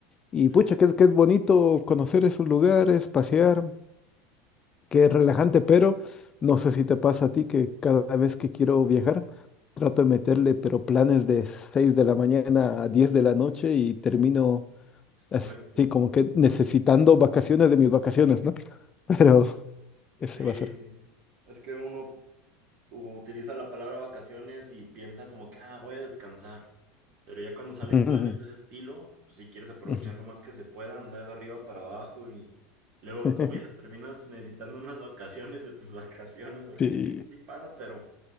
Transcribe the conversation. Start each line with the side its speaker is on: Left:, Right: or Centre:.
Left: Y
Right: Sí,
Left: pucha, que es bonito conocer esos lugares, pasear, que es relajante, pero no sé si te pasa a ti que cada vez que quiero viajar, trato de meterle, pero planes de 6 de la mañana a 10 de la noche y termino así
Right: muerto.
Left: como que necesitando vacaciones de mis vacaciones, ¿no? <laughs> Pero ese
Right: Sí,
Left: va a ser.
Right: sí. Es que uno o utiliza la palabra vacaciones y piensa como que, ah, voy a descansar. Pero ya cuando salen
Left: Ujú,
Right: planes de ese estilo, pues si quieres aprovechar
Left: ujú.
Right: lo más que se pueda, andar de arriba para abajo y luego,
Left: ujú.
Right: como dices,
Left: <laughs>
Right: terminas necesitando unas <laughs> vacaciones de tus vacaciones, porque
Left: Sí.
Right: sí, sí pasa, pero